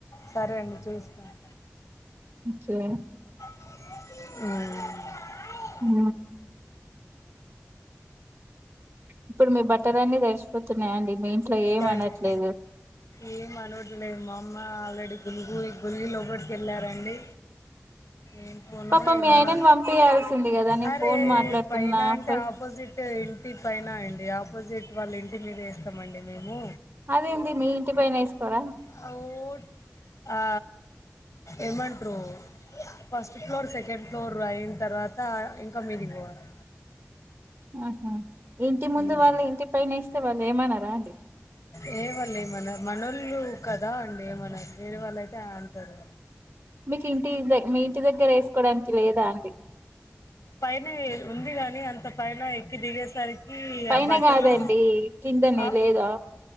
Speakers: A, on the left; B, on the right.
A: సరే అండి చూస్తాను
B: ఓకే
A: ఆ
B: హ ఇప్పుడు మీ బట్టలన్నీ తెడిచిపోతున్నాయండి మీ ఇంట్లో ఏం
A: థ్యాంక్స్
B: అనట్లేదు
A: ఏం అనట్లేదు మా అమ్మ ఆల్రెడీ గులిగి గులిగి లోపటి కి వెళ్ళారండి ఏం పోనో
B: ఉ పాప
A: ఏమో
B: మీ ఆయనని
A: అని
B: పంపయాల్సింది కదా నేను
A: అరే
B: ఫోన్ మాట్లాడుతున్నా
A: పైన అంటే
B: అప్పటికి
A: ఆపోజిట్ ఇంటి పైన అండి ఆపోజిట్ వాళ్ళ ఇంటి మీద వేస్తామండి మేము
B: అదేంది మీ ఇంటి పైన వేసుకోరా
A: ఫ్లూట్ ఆ ఏమంట్రు ఫస్ట్ ఫ్లోర్ సెకండ్ ఫ్లోర్ అయిన తర్వాత ఇంకా మీది పోవాలే
B: ఆహా ఇంటి ముందు
A: ఉమ్.
B: వాళ్ళ ఇంటి పైన వేస్తే వాళ్ళు ఏమన్నారా అండి
A: ఏ వాళ్ళు ఏమన్నారు మనళ్ళు కదా అండి ఏమన్నారు వేరే వాళ్ళ అయితే అంటారు
B: మీకు ఇంటి మీ ఇంటి దగ్గర వేసుకోవడానికి లేదా అండి
A: పైన ఉంది గాని అంత పైన ఎక్కి దిగేసరికి ఈ
B: పైన
A: ఆ బట్టలు
B: కాదండి కిందనే
A: ఆ
B: లేదా